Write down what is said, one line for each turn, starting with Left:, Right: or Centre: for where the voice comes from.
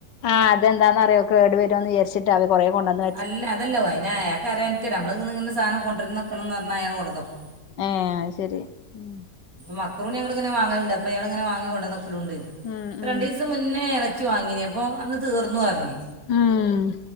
Left: ആഹ് അതെന്താന്നറിയോ കേട് വരു ന്ന് വിചാരിച്ചിട്ടാ അവറ് കൊറെ കൊണ്ടുവന്ന.
Right: അല്ല അതല്ല അതിന് അയാൾക്കറിയാൻഞ്ഞിട്ട നമ്മള് ഇന്ന് ഇങ്ങനൊധനം കൊണ്ടുവന്ന് വെക്കണംന്ന് പറഞ്ഞാ അയാൾ കൊട്ന്നെക്കും.
Left: ആ അത് ശെരി ഉം
Right: മക്രോണി ഞങ്ങളിങ്ങ നെ വാങ്ങല്ണ്ട് അപ്പൊ ഇയാള് ഇങ്ങനെ വാങ്ങി കൊണ്ടെന്നക്കലുണ്ട്
Left: ഉം ഉം
Right: രണ്ട് ദിവസം മുന്നേ റ്റു വാങ്ങിനി അപ്പൊ അന്ന് തീർന്നു അറ്ഞ്ഞ്
Left: ആഹ്